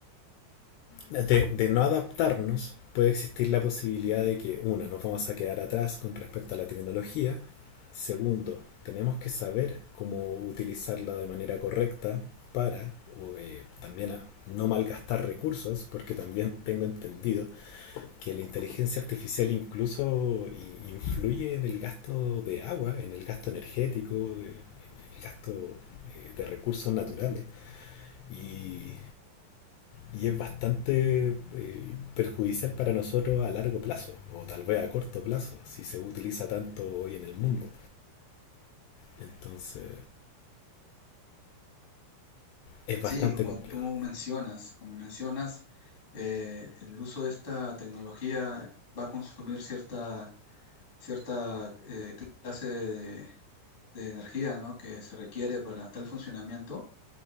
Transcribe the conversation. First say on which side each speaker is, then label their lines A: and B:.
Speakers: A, on the left; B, on the left.
A: de, de no adaptarnos, puede existir la posibilidad de que, una, nos vamos a quedar atrás con respecto a la tecnología. Segundo, tenemos que saber cómo utilizarla de manera correcta para o, eh, también a no malgastar recursos, porque también tengo entendido que la inteligencia artificial incluso influye en el gasto de agua, en el gasto energético, en el gasto eh, de recursos naturales. Y y es bastante eh, perjudicial para nosotros a largo plazo, o tal vez a corto plazo, si se utiliza tanto hoy en el mundo. Entonces, es bastante
B: Sí, como
A: complejo.
B: tú mencionas, como mencionas, eh, el uso de esta tecnología va a consumir cierta cierta eh, clase de, de energía, ¿no? que se requiere para tal funcionamiento,